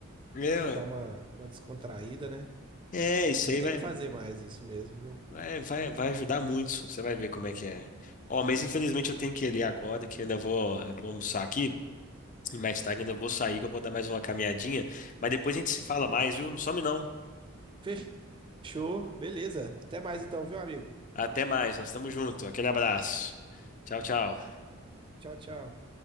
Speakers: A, on the left (about 35°); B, on the right (about 20°).
A: É,
B: Você
A: ué.
B: dá uma, uma descontraída, né?
A: É, isso
B: Eu
A: aí
B: tenho
A: vai.
B: que fazer mais isso mesmo,
A: Vai, vai, vai ajudar muito. Você vai ver como é que é. Ó, mas infelizmente eu tenho que ir ali agora, que eu ainda vou, eu vou almoçar aqui. E mais tarde ainda vou sair, que eu vou dar mais uma caminhadinha. Mas depois a gente se fala mais, viu? Não some não.
B: viu? Show, beleza. Até mais então, viu, amigo?
A: Até mais, nós estamos juntos. Aquele abraço. Tchau, tchau.
B: Tchau, tchau.